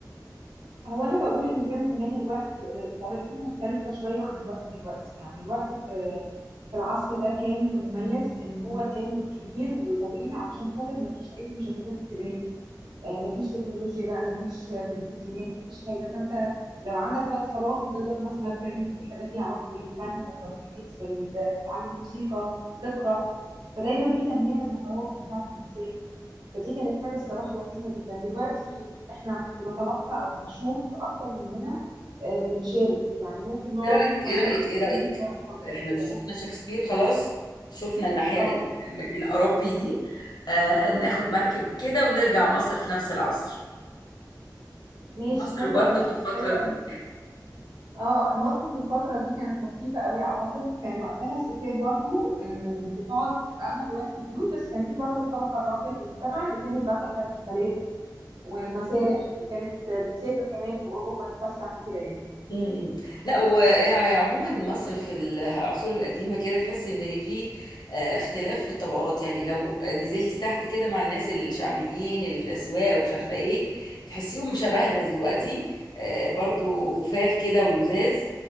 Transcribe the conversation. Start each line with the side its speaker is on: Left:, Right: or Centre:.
Right: هو انا بقول ان كان زمان الوقت آه، طريقته مختلفه شويه عن الوقت دلوقتي يعني الوقت في في العصر ده كان مميز ان هو كان كبير وطويل علشان خاطر ما فيش اي مشتتات انتباه آه، مفيش تكنولوجيا بقى مفيش آه، تلفزيونات مفيش حاجة فأنت لو عندك وقت فراغ هتقدر مثلا تعمل فيه حاجات ليها علاقة بالفن بالتطريز بال- تتعلم موسيقى تقرأ فدايما في تنمية للمهارات بتاعة الإنسان فدي كانت حاجة الصراحة لطيفة جدا دلوقتي إحنا بنتلقى أو بنشوف أكتر مننا آه، بنشارك يعني ممكن نقعد
Left: ايه رأيك
Right: مثلا
Left: ايه رأيك
Right: على السوشيال
Left: ايه رأيك
Right: ميديا أو كده
Left: احنا مش شفنا
Right: يعني.
Left: شكسبير خلاص شفنا الناحية
Right: اه
Left: ال- الأوروبي دي آه ناخد مركب كده ونرجع مصر في نفس العصر
Right: ماشي
Left: مصر
Right: حلو
Left: برضو
Right: قوي
Left: في الفترة
Right: حلو
Left: دي
Right: قوي اه مصر في الفترة دي كانت لطيفة قوي اعتقد كان وقتها الستات برضو آه، بتقعد في اغلب الوقت في البيوت بس كان في برضو الطبقة الراقية في المجتمع اللي كانت بقى بتحضر الحفلات والمسارح وكانت آه، بتسافر كمان في اوروبا تتفسح وكده يعني
Left: امم لا وعموما مصر في العصور القديمه كده تحس ان في آه، اختلاف في الطبقات يعني لو نزلتي تحت كده مع الناس الشعبيين اللي في الاسواق ومش عارفه ايه تحسيهم شبهنا دلوقتي آه، برضو خفاف كده ولذاذ